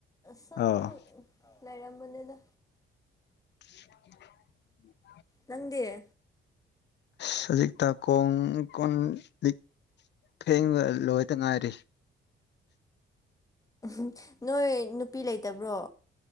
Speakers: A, on the left; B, on the left.
A: ꯁꯪ
B: ꯑꯥꯎ
A: ꯂꯩꯔꯝꯕꯅꯤꯗ
B: <unintelligible>
A: ꯅꯪꯗꯤꯦ
B: ꯁꯖꯤꯛꯇ ꯀꯣꯡ ꯀꯣꯟ ꯂꯤ ꯐꯦꯡꯕ ꯂꯣꯏꯇ ꯉꯥꯏꯔꯤ
A: ꯎ ꯅꯣꯏ ꯅꯨꯄꯤ ꯂꯩꯇꯕ꯭ꯔꯣ